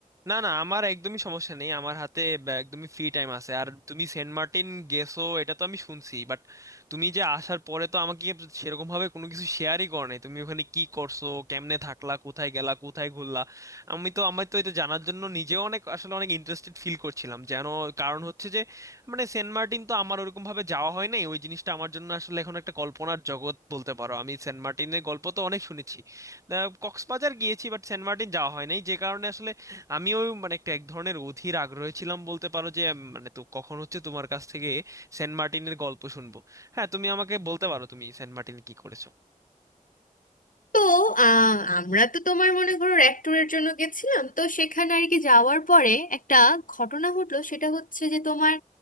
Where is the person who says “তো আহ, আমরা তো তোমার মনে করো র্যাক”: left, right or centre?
Left